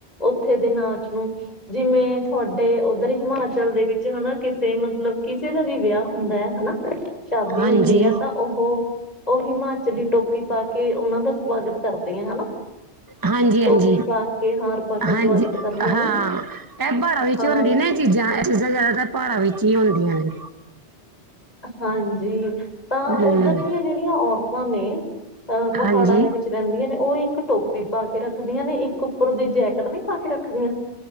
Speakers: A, on the left; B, on the right.
A: ਉੱਥੇ ਦੇ ਨਾਚ ਨੂੰ। ਜਿਵੇਂ ਤੁਹਾਡੇ ਉੱਧਰ, ਹਿਮਾਚਲ ਦੇ ਵਿੱਚ ਹਨਾ, ਕਿਸੇ ਮਤਲਬ ਕਿਸੇ ਦਾ, ਵੀ ਵਿਆਹ ਹੁੰਦਾ ਹਨਾ, ਸ਼ਾਦੀ
B: ਹਾਂਜੀ
A: ਹੁੰਦੀ ਆ ਤਾਂ ਉਹ ਉਹ ਹਿਮਾਚਲੀ ਟੋਪੀ ਪਾ ਕੇ, ਉਹਨਾਂ ਦਾ ਸਵਾਗਤ, ਕਰਦੇ ਆ ਹਨਾ।
B: ਹਾਂਜੀ -ਹਾਂਜੀ-
A: ਟੋਪੀ ਪਾ ਕੇ ਹਾਰ ਪਾ ਕੇ
B: ਹਾਂਜੀ
A: ਸਵਾਗਤ ਕਰਨੇ ਆ
B: ਹਾਂ,
A: ਨਾ
B: ਐ ਪਹਾੜਾ ਵਿੱਚ
A: ਹਾਂ
B: ਹੁੰਦੀ ਨੇ,। ਜਾ ਐ ਚੀਜ਼ਾਂ, ਜ਼ਿਆਦਾਤਰ ਪਹਾੜਾਂ ਵਿੱਚ, ਹੀ ਹੁੰਦੀਆਂ ਨੇ,
A: ਹਾਂਜੀ, ਤਾਂ
B: ਹਮ
A: ਉੱਧਰ ਦੀਆਂ ਜਿਹੜੀਆਂ ਔਰਤਾਂ ਨੇ, ਅਹ ਪਹਾੜਾਂ
B: ਹਾਂਜੀ
A: ਦੇ ਵਿੱਚ ਰਹਿੰਦੀਆਂ ਨੇ, ਉਹ ਇੱਕ ਟੋਪੀ ਪਾ ਕੇ ਰੱਖਦੀਆਂ ਨੇ, ਇੱਕ ਉੱਪਰ ਦੀ ਜੈਕਟ, ਨ ਪਾ ਕੇ ਰੱਖਦੀਆਂ